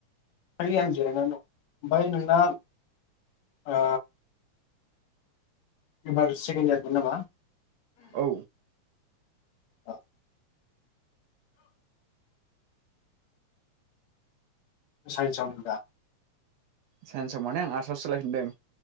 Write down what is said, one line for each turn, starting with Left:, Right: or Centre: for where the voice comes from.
Left: आ आं जिरायना दं। ओबाय नोंना ओ एबार सेकेणड इयारमोन नामा।
Right: औ
Left: औ <inaudible> सायन्साव होनदोंदा?
Right: सायेन्साव माने आं आर्साव‌ सोलायफिनदों।